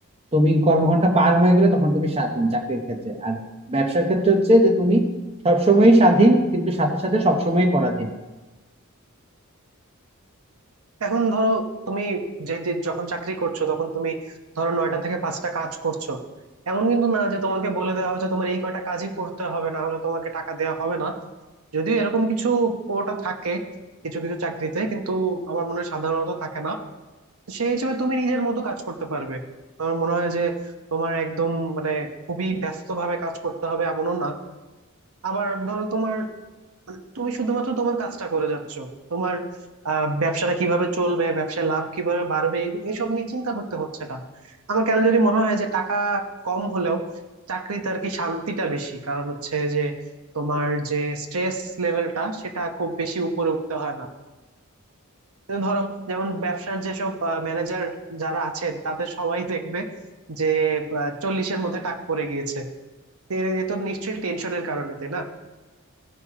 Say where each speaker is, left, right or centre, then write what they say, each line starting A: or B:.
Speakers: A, on the right (about 25°); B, on the right (about 80°).
A: তুমি কর্মঘন্টা পার হয়ে গেলে তখন তুমি স্বাধীন চাকরির ক্ষেত্রে আর ব্যবসার ক্ষেত্রে হচ্ছে যে তুমি সবসময়ই স্বাধীন কিন্তু সাথে সাথে সবসময়ই পরাধীন
B: এখন ধরো তুমি যেহেতু যখন চাকরি করছো তখন তুমি ধরো নয়টা থেকে পাঁচটা কাজ করছো এমন কিন্তু না যে তোমাকে বলে দেওয়া হয়েছে তোমার এই কয়টা কাজই করতে হবে না হলে তোমাকে টাকা দেওয়া হবে না যদিও এরকম কিছু কোটা থাকে কিছু কিছু চাকরিতে কিন্তু আমার মনে হয় সাধারণত থাকে না তো সেই হিসেবে তুমি নিজের মতো কাজ করতে পারবে আমার মনে হয় যে তোমার একদম মানে খুবই ব্যস্ত ভাবে কাজ করতে হবে এমনও না আবার ধরো তোমার মানে তুমি শুধুমাত্র তোমার কাজটা করে যাচ্ছ তোমার আহ ব্যবসাটা কিভাবে চলবে ব্যবসায় লাভ কিভাবে বাড়বে এগু- এসব নিয়ে চিন্তা করতে হচ্ছে না আমার কেন জানি মনে হয় যে টাকা কম হলেও চাকরিতে আর কি শান্তিটা বেশি কারণ হচ্ছে যে তোমার যে স্ট্রেস লেভেলটা সেটা খুব বেশি উপরে উঠতে হয় না তো ধরো যেমন ব্যবসার যেসব ম্যানেজার যারা আছেন তাদের সবাই দেখবে যে চল্লিশের মধ্যে টাক পড়ে গিয়েছে তো এ এ তো নিশ্চয়ই টেনশনের কারণে তাই না